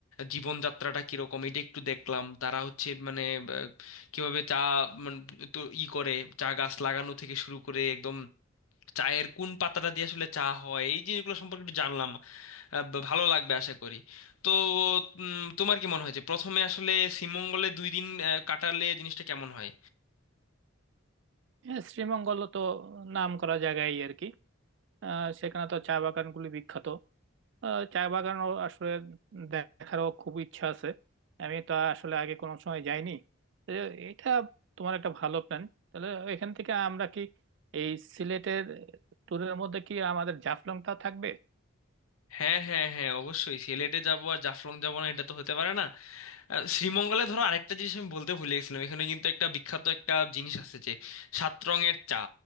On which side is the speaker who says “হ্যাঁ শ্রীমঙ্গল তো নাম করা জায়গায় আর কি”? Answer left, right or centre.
Right